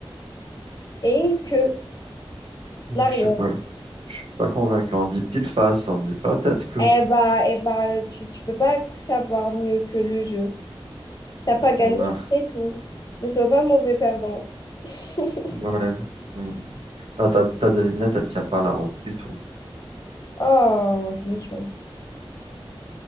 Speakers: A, on the left; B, on the right.
A: et une queue,
B: Hmm,
A: l'arrière.
B: Je suis pas, je suis pas convaincu. On dit pile face, on dit pas tête queue.
A: Eh bah, eh bah, tu, tu peux pas savoir mieux que le jeu. T'as pas gagné,
B: Hmm.
A: c'est tout. Ne sois pas mauvais perdant. <laughs>
B: Ouais. Hmm. Non, ta, ta devinette, elle tient pas la route du tout.
A: Oh, c'est mignon.